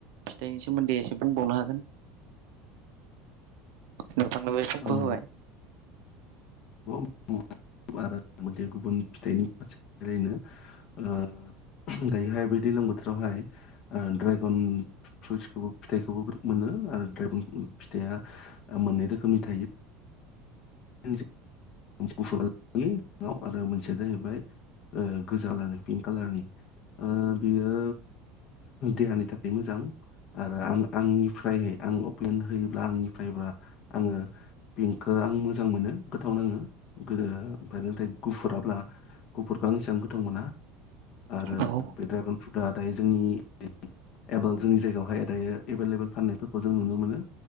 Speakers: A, on the right; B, on the left.
A: फिथाइनि सोमोन्दै एसे बुंबावनो हागोन नोंथांनो बे समखौ
B: औ
A: होबाय
B: उम आरो मोनसे गुबुन फिथाइनि फारसे ओरैनो ओ दायोहाय बै दैलां बोथोरावहाय ओ ड्रागन फ्रुइटसखौबो फिथाइखौबो मोनो आरो ड्रेगन फिथाइया ओ मोननै रोखोमनि थायो। <unintelligible> मोनसेया गुफुरलि सिङाव आरो मोनसेया जाहैबाय ओ गोजालारनि पिंक कालारनि ओ बेयो देहानि थाखाय मोजां आरो आं आंनिफ्राय आं अपेन होयोब्ला आंनिफ्रायबा आङो पिंकखो आं मोजां मोनो गोथाव नाङो <unintelligible> ओमफाय नाथाय गुुफुराब्ला गुुफुर इखो आं एसां गोथाव मोना आरो
A: औ औ
B: बे ड्रेगन फ्रुटआ दायो जोंनि <unintelligible> जोंनि जायगायावहाय दायो एभेलेबल फाननायफोरखौ जों नुनो मोनो।